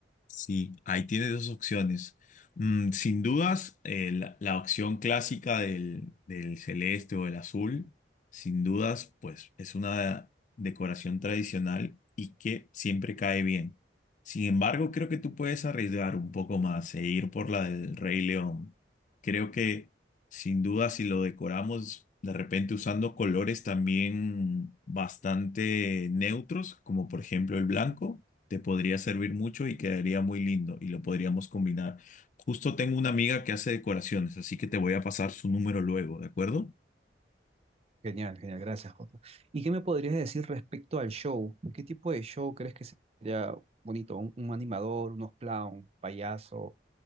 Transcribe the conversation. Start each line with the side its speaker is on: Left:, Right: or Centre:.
Left: Sí, ahí tienes dos opciones. Mm, sin dudas, eh, la, la opción clásica del, del celeste o el azul, sin dudas, pues es una decoración tradicional y que siempre cae bien. Sin embargo, creo que tú puedes arriesgar un poco más e ir por la del Rey León. Creo que sin duda, si lo decoramos de repente usando colores también bastante neutros, como por ejemplo el blanco te podría servir mucho y quedaría muy lindo y lo podríamos combinar. Justo tengo una amiga que hace decoraciones, así que te voy a pasar su número luego, ¿de acuerdo?
Right: Genial, genial, gracias, Jota. ¿Y qué me podrías decir respecto al show? ¿Qué tipo de show crees que sería bonito? ¿Un, un animador, unos clown, payaso?